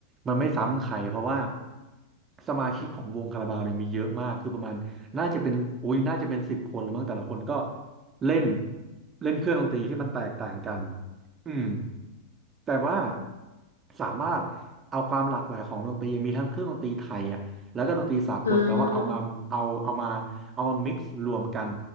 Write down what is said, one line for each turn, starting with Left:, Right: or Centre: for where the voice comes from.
Right: มันไม่ซ้ำใครเพราะว่าสมาชิกของวงคาราบาวเนี่ยมีเยอะมากคือประมาณน่าจะเป็นโอ้ยน่าจะเป็นสิบคนหรือมั้งแต่ละคนก็เล่นเล่นเครื่องดนตรีที่มันแตกต่างกันอืม แต่ว่าสามารถเอาความหลากหลายของดนตรีมีทั้งเครื่องดนตรีไทยอ่ะแล้วก็ดนตรีสากลแต่ว่าเอามาเอาเอามาเอามา
Left: อ่า
Right: m ิกรวมกัน